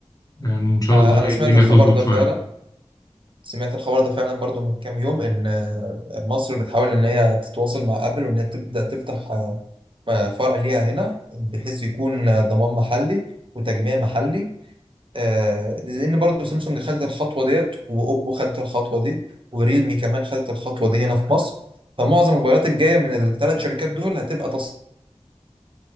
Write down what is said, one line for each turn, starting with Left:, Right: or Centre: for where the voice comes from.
Left: يعني إن شاء
Right: آه،
Left: الله
Right: انا
Left: إيه
Right: سمعت
Left: الدنيا
Right: الخبر
Left: تظبط
Right: ده
Left: شوية
Right: فعلا سمعت الخبر ده فعلا برضو من كام يوم ان آه، مصر بتحاول ان هي تتواصل مع ابل وان هي تبدأ تفتح آه، آه، فرع ليها هنا بحيث يكون آه، ضمان محلي وتجميع محلي آه لان برضو سامسونج خدت الخطوه ديت واوبو خدت الخطوه دي وريلمي كمان خدت الخطوه دي هنا في مصر فمعظم الموبايلات الجايه من الثلاث شركات دول هتبقى تصنيع